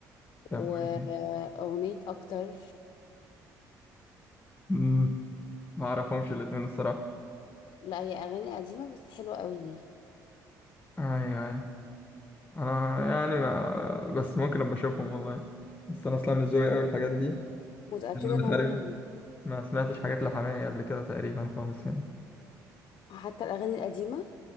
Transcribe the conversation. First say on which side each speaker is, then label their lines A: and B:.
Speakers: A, on the left; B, on the left.
A: وأغنية
B: طب وايه تاني؟
A: أكتر
B: مم. ما اعرفهمش الاتنين الصراحة
A: لا هي أغاني قديمة بس حلوة قوي ليه
B: ايوه ايوه انا يعني ما بس ممكن ابقى اشوفهم والله بس انا اصلا مش ذوقي اوي الحاجات دي يعني
A: متأكدة
B: انا
A: إن
B: مش
A: هما
B: عارف
A: هيعجبوك.
B: ما سمعتش حاجات لحماية قبل كده تقريبا خالص يعني
A: حتى الأغاني القديمة